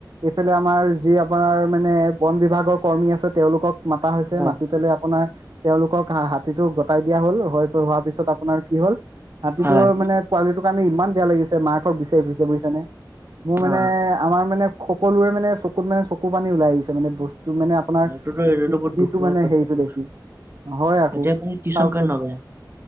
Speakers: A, on the right; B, on the right.
A: ইফালে আমাৰ যি আপোনাৰ মানে বন বিভাগৰ কৰ্মী আছে তেওঁলোকক মাতা হৈছে
B: হয়
A: মাতি পেলাই আপোনাৰ তেওঁলোকক হা হাতীটো গটাই দিয়া হ'ল হৈ হোৱাৰ পিছত আপোনাৰ কি হ'ল হাতীটোৰ
B: হয়।
A: মানে পোৱালিটোৰ কাৰণে ইমান বেয়া লাগিছে মাকক বিচাৰি ফুৰিছে বুজিছানে মোৰ
B: অ'।
A: মানে আমাৰ মানে সকলোৰে মানে চকুত মানে চকু পানী ওলাই আহিছে মানে বস্তু মানে আপোনাৰ
B: এইটোতো এইটোতো বহুত
A: যিটো
B: দুখ লগা
A: মানে
B: কথা
A: হেৰিটো
B: দিয়কচোন,
A: দেখি হয় আকৌ
B: এতিয়া আপুনি টিউচন
A: চাওকচোন।
B: কৰে নকৰে?